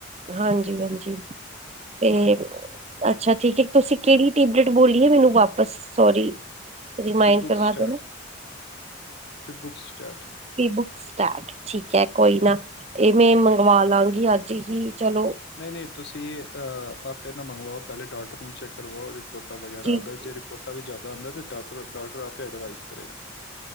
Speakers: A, on the right; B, on the left.
A: ਹਾਂਜੀ ਹਾਂਜੀ ਤੇ ਅੱਛਾ ਠੀਕ ਐ, ਤੁਸੀਂ ਕੇੜੀ ਟੇਬਲੇਟ ਬੋਲੀਏ ਮੈਨੂੰ ਵਾਪਸ ਸੋਰੀ ਰਿਮਾਇੰਡ
B: ਫਿਬੁਕ
A: ਕਰਵਾ
B: ਸਟਾਰਟ,
A: ਦੇਣਾ
B: ਫਿਬੁਕ ਸਟਾਰਟ
A: ਫਿਬੁੱਕ ਸਟਾਰਟ ਠੀਕ ਐ ਕੋਈ ਨਾ ਏ ਮੈ ਮੰਗਵਾ ਲਾਗੀ ਅੱਜ ਹੀ ਚਲੋ
B: ਨਈ ਨਈ ਤੁਸੀਂ ਅ ਆਪੇ ਨਾ ਮੰਗਵਾਔ, ਪੈਲੇ ਡਾਕਟਰ ਨੂੰ ਚੈੱਕ ਕਰਵਾਔ ਰਿਪੋਰਟਾਂ ਵਗੈਰਾ
A: ਜੀ
B: ਆਂਦਾ
A: ਜੀ ਜੀ
B: ਜੇ ਪੋਟਾ ਵੀ ਜਾਦਾ ਆਂਦਾ ਤੇ ਡਾਕਟਰ ਡਾਕਟਰ ਆਪੇ ਐਡਵਾਈਸ ਕਰੇਗਾ।